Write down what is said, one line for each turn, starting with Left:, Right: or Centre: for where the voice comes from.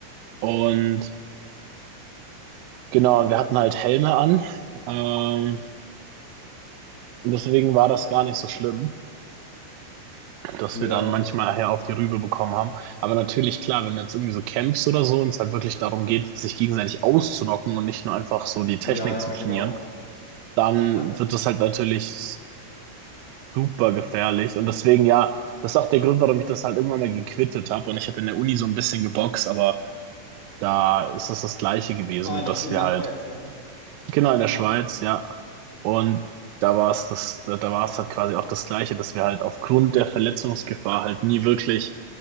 Right: Und Genau, und wir hatten halt Helme an. Ähm, und deswegen war das gar nicht so schlimm, dass
Left: Ja.
Right: wir dann manchmal her auf die Rübe bekommen haben. Aber natürlich, klar, wenn du jetzt irgendwie so campst oder so und es halt wirklich darum geht, sich gegenseitig auszunocken und nicht nur einfach so die
Left: Ja,
Right: Technik
Left: ja,
Right: zu trainieren,
Left: genau.
Right: dann
Left: Ne?
Right: wird das halt natürlich super gefährlich. Und deswegen, ja, das ist auch der Grund, warum ich das halt irgendwann mal gequittet habe. Und ich habe in der Uni so ein bisschen geboxt, aber da ist es das Gleiche gewesen,
Left: Ah, in
Right: dass
Left: der, in
Right: wir
Left: der
Right: halt
Left: Schweiz, ja.
Right: Genau, in der Schweiz, ja. Und da war es das, da, da war es halt quasi auch das Gleiche, dass wir halt aufgrund der Verletzungsgefahr halt nie wirklich